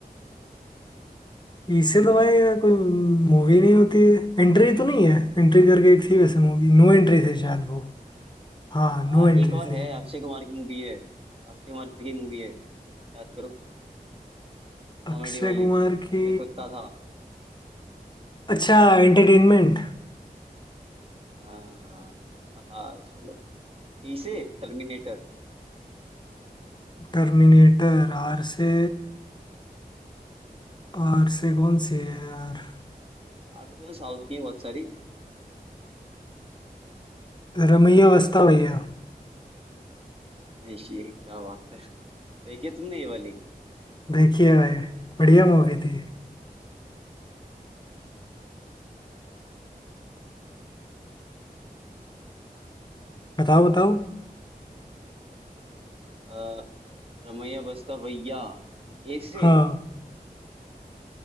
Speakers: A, on the left; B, on the right.
A: ई से तो भाई कोई मूवी
B: ई से-
A: नहीं होती है एंट्री तो नहीं है एंट्री करके एक थी वैसे मूवी नो एंट्री थी शायद वो हाँ
B: आ,
A: नो एंट्री
B: एक और
A: थी
B: है अक्षय कुमार की मूवी है अक्षय कुमार की मूवी है याद करो कॉमेडी
A: अक्षय
B: वाली
A: कुमार
B: इसमें
A: की
B: कुत्ता था
A: अच्छा एंटरटेनमेंट
B: हाँ हाँ चलो टी से टर्मिनेटर
A: टर्मिनेटर आर से आर से कौन सी है यार
B: आर से तो साउथ की है बहुत सारी
A: रमैया वस्ता भैया
B: ऐश, ये क्या बात है देखिए तुमने ये वाली
A: देखिएगा ये बढ़िया मूवी थी बताओ बताओ
B: कुछ है आ, रमैया बस्ता भैया ए से
A: हाँ